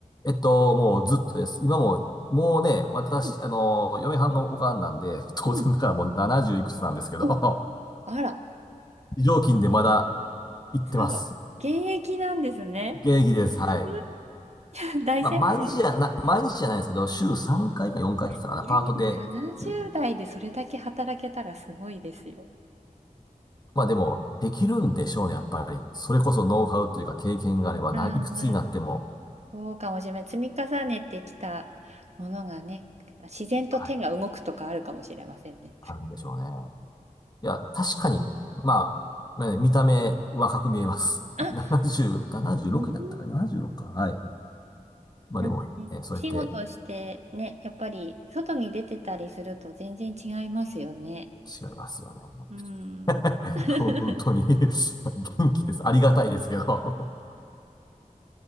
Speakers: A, on the left; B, on the right.
A: えっと、もうずっとです。今も、もうね、私、
B: うん、
A: あの、嫁はんのおかんなんで、当然だからもう70いくつなんですけど、
B: うん。お、あら、
A: <laughs> 非常勤でまだ行ってます。
B: すごい。現役なんですね。
A: 現役です。はい。
B: すごい。<laughs> 大先輩。
A: まあ、毎日じゃな、毎日じゃないですけど、週3回か4回って言ってたかな、
B: うんいやいや、
A: パートで行ってる。
B: 70代でそれだけ働けたらすごいですよ。
A: まあでも、できるんでしょうね、やっぱり。それこそノウハウというか経験があれば、
B: ああ、
A: ないくつになっても、
B: まあそうかもしれない。積み重ねてきたものがね、自然と手が動くとかあるかもしれませんね。
A: はい、あるんでしょうね。いや、確かに、まあ、ね見た目若く見えます。
B: あ、
A: <laughs> 70、76やったかな
B: うん
A: ?76 か。はい。まあでも、
B: なんかね、
A: えーそうやって
B: お仕事してね、やっぱり外に出てたりすると全然違いますよね。
A: 違いますよ
B: うん。
A: ね。<laughs>
B: <laughs>
A: 本当に <laughs> 元気です。ありがたいですけど。<laughs>